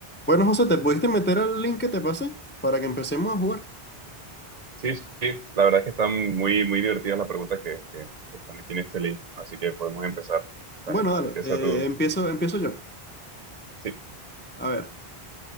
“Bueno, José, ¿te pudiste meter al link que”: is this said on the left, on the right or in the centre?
Left